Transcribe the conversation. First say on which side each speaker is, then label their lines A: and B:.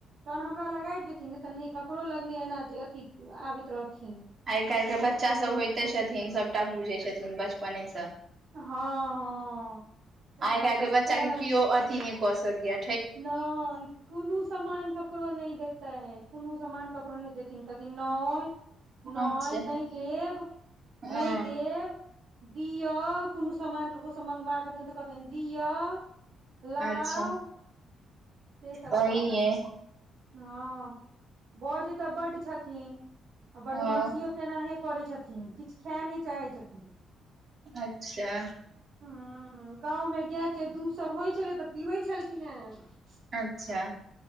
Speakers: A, on the right; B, on the right.
A: तहन हमरा लग जेथिन तऽ नहि ककरो लगनै एना जे अथी आबैत रहथिन
B: आइ काल्हि के बच्चा सभ होइते छथिन सभटा बुझै छथिन बचपनेसँ
A: हँ हँ सएह
B: आइ काल्हि
A: सब
B: केँ बच्चा
A: छै
B: केँ केओ अथि नहि कऽ सकया
A: नहि कोनो समान ककरो नहि देतै कोनो समान ककरो नहि दे कहथिन नय नय
B: अच्छा
A: नै देव
B: हँ
A: नै देव दिअ कोनो समान ककरोसँ मंगबाक देब तऽ कहथिन दिअ लाउ
B: अच्छा
A: से सब
B: सहिये
A: कहै छथिन हँ बौज तऽ बड्ड छथिन आ बदमाशियो
B: हँ
A: तेनाहे करैत छथिन किछु खा नहि चाहैत छथिन
B: अच्छा
A: ह गाव मे गाय के दुध सब होइ छलै तऽ पीबै छल <unintelligible>
B: अच्छा